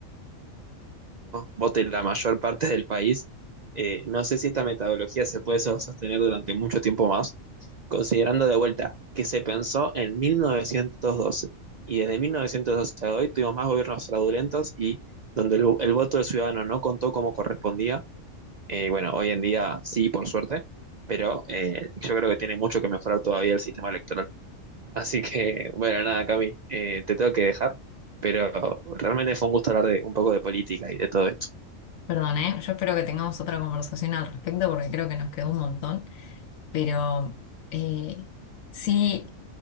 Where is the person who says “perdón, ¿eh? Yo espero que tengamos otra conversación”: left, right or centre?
Left